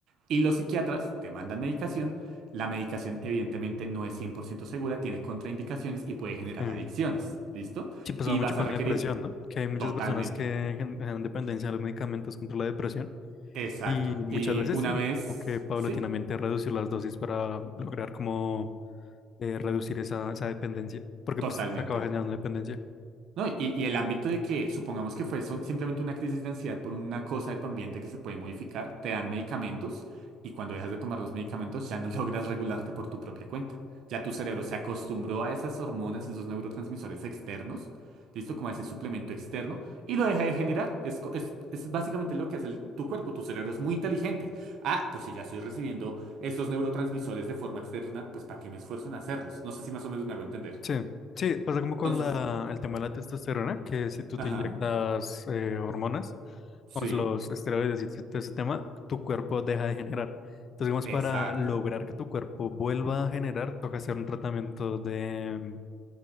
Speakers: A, on the right; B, on the left.
A: Y los psiquiatras te mandan medicación. La medicación evidentemente no es 100% segura, tiene contraindicaciones y puede generar
B: Sí.
A: adicciones. ¿Listo?
B: Sí, pasaba
A: Y
B: mucho
A: vas
B: con
A: a requerir
B: la depresión, ¿no? Que hay muchas
A: totalmente.
B: personas que gen- generan dependencia a los medicamentos contra la depresión
A: Exacto.
B: Y muchas
A: Y
B: veces
A: una
B: tienen
A: vez,
B: que como que paulatinamente
A: sí,
B: reducir las dosis para lograr como eh, reducir esa, esa dependencia, porque
A: totalmente.
B: pues, se acaba generando dependencia.
A: No, y, y el ámbito de que supongamos que fue so- simplemente una crisis de ansiedad por una cosa de tu ambiente que se puede modificar, te dan medicamentos y cuando dejas de tomar los medicamentos ya no <laughs> logras regularte por tu propia cuenta. Ya tu cerebro se acostumbró a esas hormonas, esos neurotransmisores externos, listo, como a ese suplemento externo, y lo deja de generar. Es, co- es, es básicamente lo que hace el- tu cuerpo, tu cerebro es muy inteligente. Ah, pues si ya estoy recibiendo estos neurotransmisores de forma externa, pues ¿para qué me esfuerzo en hacerlos? No sé si más o menos me hago entender.
B: Sí, sí, pasa como con
A: Entonces,
B: la, el tema de la testosterona, que si tú
A: ajá,
B: te inyectas eh, hormonas,
A: sí.
B: pues, los esteroides y todo ese tema, tu cuerpo deja de generar. Entonces, digamos,
A: Exacto.
B: para lograr que tu cuerpo vuelva a generar, toca hacer un tratamiento de, mm,